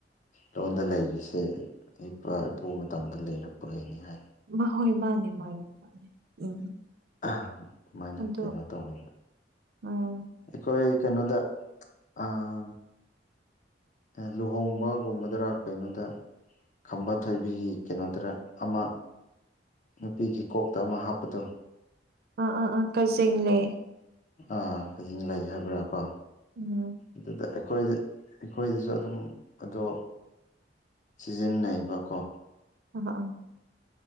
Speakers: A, on the left; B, on the right.
A: ꯂꯣꯟꯗ ꯂꯩꯔꯤꯁꯦ ꯏꯄꯥ ꯏꯄꯨ ꯃꯇꯝꯗ ꯂꯩꯔꯛꯄꯒꯤꯅꯤ ꯍꯥꯏ
B: ꯃꯥ ꯍꯣꯏ ꯃꯥꯅꯦ ꯃꯥꯅꯦ ꯃꯥꯅꯦ ꯎꯝ
A: ꯑꯍ ꯑꯗꯨꯃꯥꯏꯅ
B: ꯑꯗꯣ
A: ꯀꯩꯅꯣ ꯇꯧꯔꯦꯕ
B: ꯎꯝ
A: ꯑꯩꯈꯣꯏ ꯀꯩꯅꯣꯗ ꯑꯥ ꯑꯦ ꯂꯨꯍꯣꯡꯕꯒꯨꯝꯕꯗꯔ ꯀꯩꯅꯣꯗ ꯈꯝꯕ ꯊꯣꯏꯕꯤꯒꯤ ꯀꯩꯅꯣꯗꯔ ꯑꯃ ꯅꯨꯄꯤꯒꯤ ꯀꯣꯛꯇ ꯑꯃ ꯍꯥꯞꯄꯗꯣ
B: ꯑꯥ ꯑꯥ ꯑꯥ ꯀꯖꯤꯡꯂꯩ
A: ꯑꯥ ꯈꯖꯦꯡꯂꯩ ꯍꯥꯏꯕ꯭ꯔꯥ ꯀꯣ
B: ꯎꯝ
A: ꯑꯗꯨꯗ ꯑꯩꯈꯣꯏꯗꯤ ꯑꯩꯈꯣꯏꯗꯁꯨ ꯑꯗꯨꯝ ꯑꯗꯣ ꯁꯤꯖꯤꯟꯅꯩꯕꯀꯣ
B: ꯎꯝ ꯎꯝ